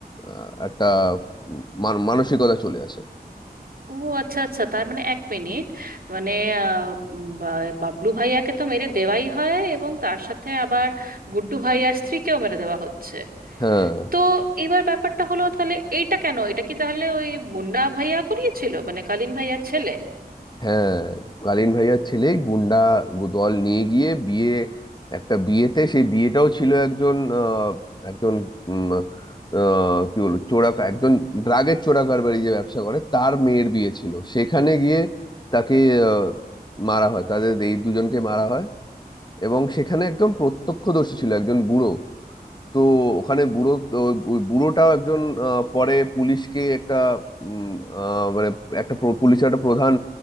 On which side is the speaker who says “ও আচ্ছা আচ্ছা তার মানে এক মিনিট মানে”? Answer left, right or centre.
Right